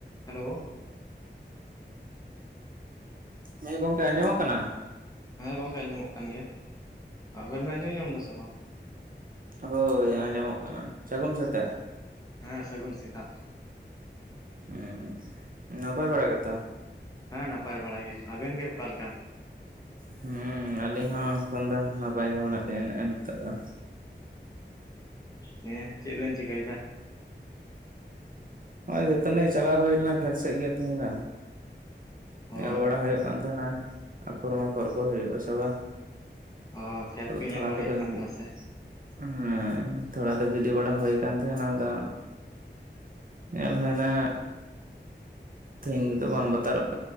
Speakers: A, on the left; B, on the right.
A: Hello
B: ᱦᱮᱸ ᱜᱚᱢᱠᱮ ᱟᱸᱡᱚᱢᱚᱜ ᱠᱟᱱᱟ
A: ᱦᱮᱸ ᱜᱚᱝᱠᱮ ᱟᱸᱡᱚᱢᱚᱜ ᱠᱟᱱ ᱜᱮᱭᱟ ᱟᱵᱮᱱ ᱵᱮ ᱟᱸᱡᱚᱢ ᱧᱟᱢ ᱮᱫᱟ ᱥᱮ ᱵᱟᱝ
B: ᱦᱳᱭ ᱟᱸᱡᱚᱢᱚᱜ ᱠᱟᱱᱟ ᱥᱟᱹᱜᱩᱱ ᱥᱮᱛᱟᱜ
A: ᱦᱮᱸ ᱥᱟᱹᱜᱩᱱ ᱥᱮᱛᱟᱜ
B: ᱦᱮᱸ ᱱᱟᱯᱟᱭ ᱵᱟᱲᱟ ᱜᱮᱛᱚ
A: ᱦᱮᱸ ᱱᱟᱯᱟᱭ ᱵᱟᱲᱟ ᱜᱮ ᱟᱵᱮᱱ ᱜᱮ ᱚᱠᱟ ᱞᱮᱠᱟ
B: ᱦᱮᱸ ᱟᱹᱞᱤᱧ ᱦᱚᱸ ᱮᱠᱷᱚᱱ ᱫᱚ ᱱᱟᱯᱟᱭ ᱜᱮ ᱢᱮᱱᱟᱜ ᱞᱤᱧᱟᱹ ᱱᱤᱛᱚᱜ ᱫᱚ
A: ᱱᱮᱸ ᱪᱮᱫ ᱵᱮᱱ ᱪᱤᱠᱟᱹᱭᱮᱫᱟ
B: ᱱᱚᱜᱼᱚᱭ ᱫᱟᱛᱟᱱᱤ ᱪᱟᱞᱟᱣ ᱦᱩᱭ ᱞᱮᱱᱟ ᱠᱷᱮᱛ ᱥᱮᱫ ᱜᱮ ᱛᱮᱦᱤᱧ ᱫᱚ ᱧᱮᱞ
A: ᱚ
B: ᱵᱟᱲᱟ ᱦᱩᱭᱩᱜ ᱠᱟᱱ ᱛᱟᱦᱮᱱᱟ ᱟᱯᱷᱚᱨ ᱢᱟᱠᱚᱨ ᱠᱚ ᱦᱩᱭᱩᱜ ᱟᱥᱮ ᱵᱟᱝ
A: ᱚ ᱠᱷᱮᱛ ᱠᱚ
B: ᱛᱷᱚᱲᱟ
A: ᱧᱮᱞ ᱵᱟᱲᱟ
B: ᱠᱚᱫᱚ
A: ᱠᱟᱱ
B: ᱦᱩᱭᱩᱜ
A: ᱛᱟᱦᱮᱱᱟ ᱥᱮ
B: ᱦᱮᱸ ᱛᱷᱚᱲᱟ ᱫᱚ ᱜᱤᱰᱤ ᱵᱟᱲᱟ ᱦᱩᱭ ᱠᱟᱱᱟᱱ ᱛᱟᱦᱮᱱᱟ ᱟᱫᱚ ᱧᱮᱞ ᱦᱩᱭᱮᱱᱟ ᱛᱮᱦᱤᱧ ᱫᱚ ᱵᱟᱝ ᱵᱟᱛᱟᱨᱚᱜ ᱠᱟᱱᱟ